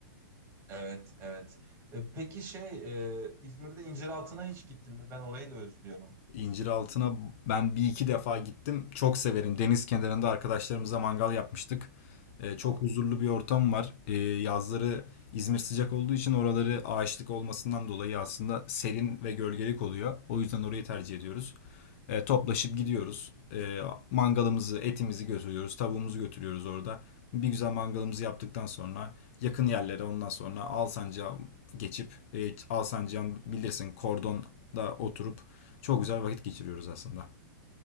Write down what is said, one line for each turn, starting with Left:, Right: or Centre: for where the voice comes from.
Right: Evet, evet. E, peki şey, e, İzmir'de İnciraltı'na hiç gittin mi? Ben orayı da özlüyorum.
Left: İnciraltı'na ben bir iki defa gittim. Çok severim. Deniz kenarında arkadaşlarımızla mangal yapmıştık. Ee, çok
Right: Oo.
Left: huzurlu bir ortam var. Ee, yazları İzmir sıcak olduğu için oraları ağaçlık olmasından dolayı aslında serin ve gölgelik oluyor. O yüzden orayı tercih ediyoruz. E, toplaşıp gidiyoruz. E, mangalımızı, etimizi götürüyoruz. Tavuğumuzu götürüyoruz orada. Bir güzel mangalımızı yaptıktan sonra yakın yerlere ondan sonra Alsancak'a geçip e, Alsancak'ın bilirsin kordonda oturup çok güzel vakit geçiriyoruz aslında.